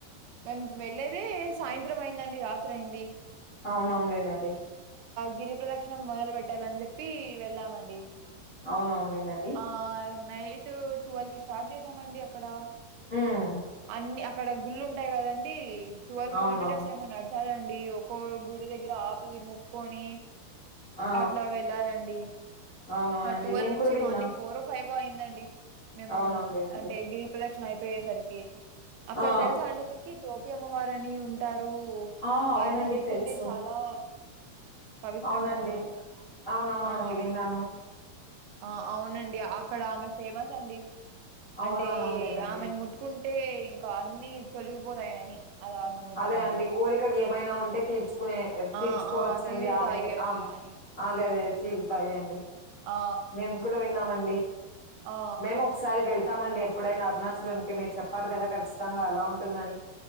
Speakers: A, on the right; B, on the left.
A: మేం వెళ్ళేదే సాయంత్రం అయిందండి రాత్రి అయింది
B: అవునవునులేనండి
A: గిరి ప్రదక్షిణం మొదలు పెట్టాలని చెప్పి వెళ్ళామండి
B: అవునవునులేండండి
A: ఆ నైటు ట్వెల్వ్కి స్టార్ట్ చేసామండి అక్కడ
B: ఉమ్
A: అన్ని అక్కడ గుళ్ళు ఉంటాయి కదండి ట్వెల్వ్
B: అవునవును
A: కిలోమీటర్స్ ఏమో నడచాలండి ఒకో గుడి దగ్గర ఆపి మొక్కొని
B: ఆ
A: అట్లా వెళ్ళాలండి
B: అవునవునండి
A: ట్వెల్వ్
B: నేను
A: నుంచి
B: కూడా విన్నా
A: మార్నింగ్ ఫోర్ ఫైవ్ వో అయిందండి మేము
B: అవునవునులేండండి
A: అ అంటే గిరి ప్రదక్షిణ అయిపోయేసరికి అక్కడ
B: ఆ
A: తెలుసా అండి మీకి టోపి అమ్మవారు అని ఉంటా రు
B: ఆ
A: వారిని
B: అవునండి
A: ముట్టుకుంటే
B: తెలుసు
A: చాలా పవిత్రంగా
B: అవునండి
A: ఉంటాం
B: అవునవునండి
A: ఆ
B: విన్నాను
A: ఆ అవునండి అక్కడ ఆమె ఫేమస్ అండి
B: అవునవునవునులేనండి
A: అంటే ఆమెని ముట్టుకుంటే ఇంకా అన్ని తొలగిపోతాయని అలా నమ్ముతారండి.
B: అదే అండి కోరికలు ఏమైనా ఉంటే తీర్చుకునే తీర్చుకోవచ్చండి
A: ఆ! ఆ! తీరుతాయి
B: ఆమె
A: అట్లా
B: ఆ
A: అని.
B: అదే అదే తీరుతాయి అండి
A: ఆ!
B: మేము కూడా విన్నామండి
A: ఆ!
B: మేము ఒకసారి వెళ్ ళ్తామండి ఎప్పుడైనా అరుణాచలంకి మీరు చెప్పారు కదా ఖచ్చితంగా అలా ఉంటుందని